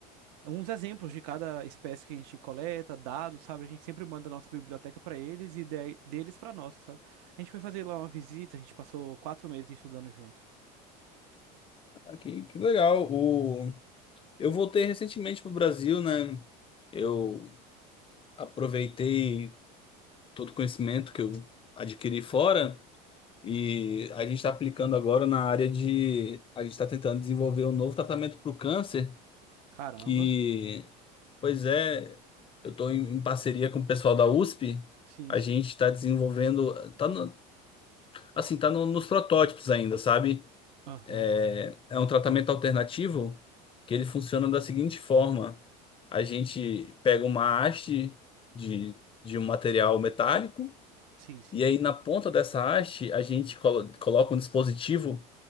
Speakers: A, on the right; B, on the left.
A: uns exemplos de cada espécie que a gente coleta, dados, sabe? A gente sempre manda a nossa biblioteca para eles e de- deles para nossa, sabe? A gente foi fazer lá uma visita, a gente passou quatro meses estudando junto.
B: Ah, que, que legal. O... Eu voltei recentemente pro Brasil, né? Eu aproveitei todo o conhecimento que eu adquiri fora e
A: Sim.
B: a gente está aplicando agora na área de. A gente está tentando desenvolver um novo tratamento para o câncer,
A: Caramba.
B: que, pois é, eu estou em, em parceria com o pessoal da USP.
A: Sim,
B: A
A: sim.
B: gente está desenvolvendo. Tá no- assim, tá no- nos protótipos ainda, sabe?
A: Aham.
B: é, é um tratamento alternativo que ele funciona da seguinte forma: a gente pega uma haste de, de um material metálico
A: Sim, sim.
B: e aí na ponta dessa haste a gente colo- coloca um dispositivo